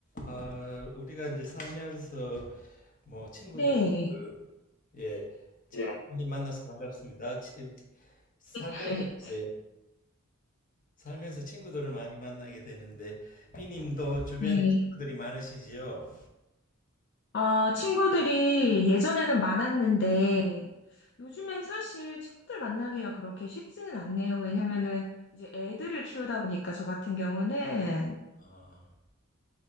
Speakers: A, on the left (about 40°); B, on the left (about 55°).
A: 아, 우리가 이제 살면서 뭐 친구들
B: 네.
A: 그, 예, 치-
B: 예.
A: 많이 만나서 반갑습니다. 치- 살면서
B: <laughs>
A: 예, 살면서 친구들을 많이 만나게 되는데 비님도 주변에
B: 네.
A: 친구들이 많으시지요?
B: 아, 친구들이 예전에는 많았는데, 요즘엔 사실 친구들 만나기가 그렇게 쉽지는 않네요. 왜냐면은 이제 애들을 키우다 보니까, 저 같은 경우는
A: 아,